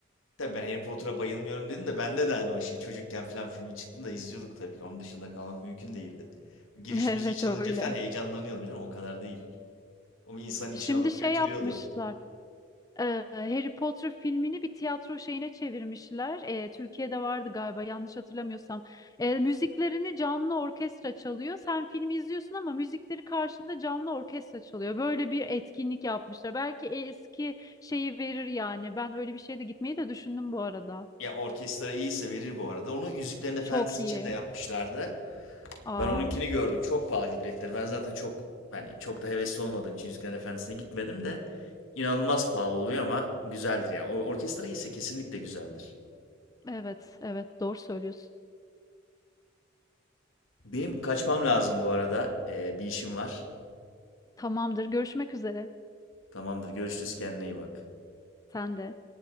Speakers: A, on the left (about 80°); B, on the left (about 20°).
A: Tabii ben Harry Potter'a bayılmıyorum dedim de bende de hani o şey çocukken falan filmi çıktığında izliyorduk tabii ki. Onun dışında kalmak mümkün değildi. Giriş
B: <laughs> Evet
A: müziği çalınca
B: öyle.
A: falan heyecanlanıyordum canım o kadar değil. O bir insanın içine
B: Şimdi
A: alıp
B: şey
A: götürüyordu.
B: yapmışlar. Ee, Harry Potter filmini bir tiyatro şeyine çevirmişler. Ee, Türkiye'de vardı galiba yanlış hatırlamıyorsam. Ee, müziklerini canlı orkestra çalıyor. Sen filmi izliyorsun ama müzikleri karşında canlı orkestra çalıyor. Böyle bir etkinlik yapmışlar. Belki e, eski şeyi verir yani. Ben öyle bir şeye de gitmeyi de düşündüm bu arada.
A: Ya orkestra iyiyse verir bu arada. Onu Yüzüklerin Efendisi
B: Çok
A: için
B: iyi.
A: de yapmışlardı.
B: Aa,
A: Ben onunkini gördüm. Çok pahalı biletleri. Ben zaten çok yani çok da hevesli olmadığım için Yüzüklerin Efendisi'ne gitmedim de inanılmaz pahalı oluyor ama güzeldir ya. O orkestra iyiyse kesinlikle güzeldir.
B: evet, evet doğru söylüyorsun.
A: Benim kaçmam lazım bu arada. Ee, bir işim var.
B: Tamamdır. Görüşmek üzere.
A: Tamamdır. Görüşürüz. Kendine iyi bak.
B: Sen de.